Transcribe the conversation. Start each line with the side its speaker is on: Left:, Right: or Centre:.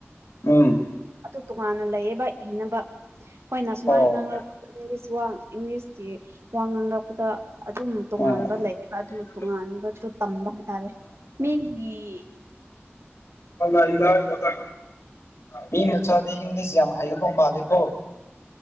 Left: ꯎꯝ
Right: ꯇꯨ ꯇꯣꯉꯥꯟꯅ ꯂꯩꯌꯦꯕ ꯏꯅꯕ ꯑꯩꯈꯣꯏꯅ ꯁꯨꯃꯥꯏꯅ
Left: ꯑꯣ
Right: ꯉꯥꯡꯂꯛꯄ ꯋꯥ ꯏꯪꯂꯤꯁꯀꯤ ꯋꯥ ꯉꯥꯡꯂꯛꯄꯗ ꯑꯗꯨꯝ ꯇꯣꯉꯥꯟꯕ
Left: ꯃꯤ
Right: ꯂꯩꯌꯦꯕ ꯑꯗꯨ ꯇꯣꯉꯥꯟꯕꯁꯨ ꯇꯝꯕ ꯍꯥꯏꯇꯥꯔꯦ ꯃꯤꯒꯤ <inaudible>
Left: ꯑ ꯏꯗ ꯀꯊ ꯃꯤ ꯃ ꯆꯗꯤ ꯏꯪꯂꯤꯁ ꯌꯥꯝ ꯍꯥꯏꯌꯗꯣꯡ ꯃꯥꯥꯂꯦꯀꯣ